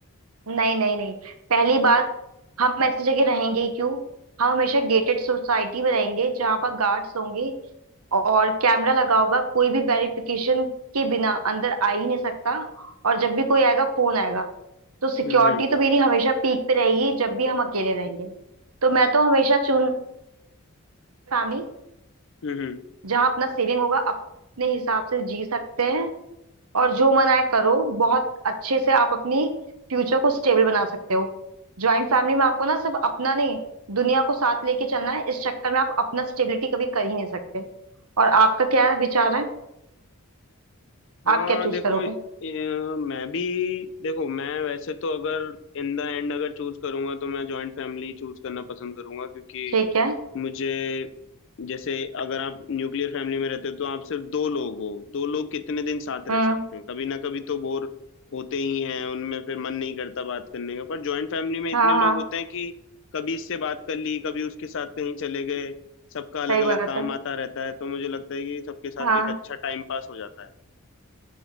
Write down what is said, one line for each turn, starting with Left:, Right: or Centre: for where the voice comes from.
Right: नहीं नहीं नहीं पहली बात हम ऐसी जगह रहेंगे ही क्यों हम हमेशा गेटेड सोसाइटी में रहेंगे जहां पर गार्ड्स होंगे और कैमरा लगा होगा कोई भी वेरिफिकेशन के बिना अंदर आ ही नहीं सकता और जब भी कोई आएगा फोन आएगा तो सिक्योरिटी
Left: हम्म
Right: तो मेरी हमेशा पीक पे रहेगी जब भी हम अकेले रहेंगे तो मैं तो हमेशा चुन फैमिली
Left: हम्म हम्म,
Right: जहाँ अपना सेविंग होगा अपने हिसाब से जी सकते हैं और जो मन आए करो बहुत अच्छे से आप अपनी फ्यूचर को स्टेबल बना सकते हो ज्वाइंट फैमिली में आपको ना सिर्फ अपना नहीं दुनिया को साथ लेके चलना है इस चक्कर में आप अपना स्टेबिलिटी कभी कर ही नहीं सकते और आपका क्या विचार है
Left: हाँ
Right: आप क्या चूज
Left: देखो
Right: करोगे
Left: अ, मैं भी देखो मैं वैसे तो अगर इन द एंड अगर चूज करूंगा तो मैं जॉइंट फैमिली चूज करना पसंद करूंगा क्योंकि
Right: ठीक है
Left: मुझे जैसे अगर आप न्यूक्लियर फैमिली में रहते हो तो आप सिर्फ दो लोग हो दो लोग कितने दिन साथ रह
Right: हम्म
Left: सकते हैं कभी ना कभी तो बोर होते ही हैं उनमें फिर मन नहीं करता बात करने का पर जॉइंट फैमिली में इतने
Right: हाँ
Left: लोग
Right: हाँ
Left: होते हैं कि कभी इससे बात कर ली कभी उसके साथ कहीं चले गए सबका अलग
Right: सही
Left: अलग
Right: बात
Left: काम
Right: है
Left: आता रहता है तो मुझे लगता है कि सबके साथ
Right: हाँ
Left: एक अच्छा टाइम पास हो जाता है